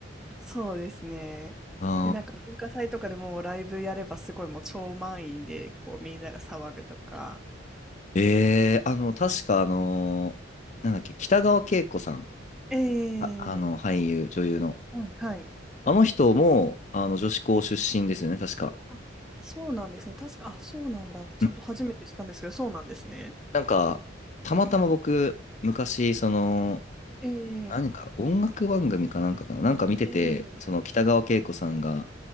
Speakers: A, in the centre; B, on the left (about 40°).
A: そうですね。
B: あ
A: で、なんか文化祭とかでもうライブやればすごいもう超満員で、こうみんなが騒ぐとか。
B: ー。えー、あの、確かあのーなんだっけ、北川景子さん。
A: ええ
B: あ、あの、俳優、女優の。
A: はい、はい。
B: あの人も、あの、女子校出身ですよね、確か。
A: あ、そうなんですね。確か、あ、そうなんだ。ちょっと初めて知ったんですけど、
B: うん
A: そうなんですね。
B: なんか、たまたま僕、昔、その、
A: ええ
B: 何か、音楽番組かなんかかな、なんか見てて、
A: ええ
B: その北川景子さんが、